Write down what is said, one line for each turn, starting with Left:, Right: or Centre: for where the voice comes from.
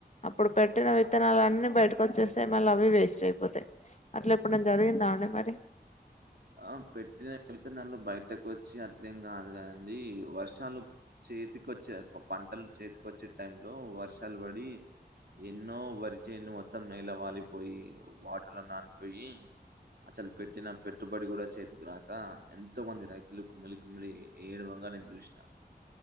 Left: అప్పుడు పెట్టిన వి త్తనాలన్నీ బయటకు వచ్చేస్తే మళ్ళీ అవి వేస్ట్ అయిపోతాయి. అట్లా ఎప్పుడై జరిగిందావుండి మరి?
Right: ఆ పెట్టిన విత్తనాలు బయటకు వచ్చి అట్లేం కాదు కదండి వర్షాలు చి చేతికొచ్చే పంటలు చేతికొచ్చే టైంలో వర్షాలు పడి ఎన్నో వరి చేలు మొత్తం నేల వాలిపోయి వాటలో నానిపోయి అ చల్ పెట్టి నా పెట్ ట్టుబడి కూడా చేతికి రాక ఎంతో మంది రైతులు కుమిలి కుమిలి ఏడువంగా నేను చూసిన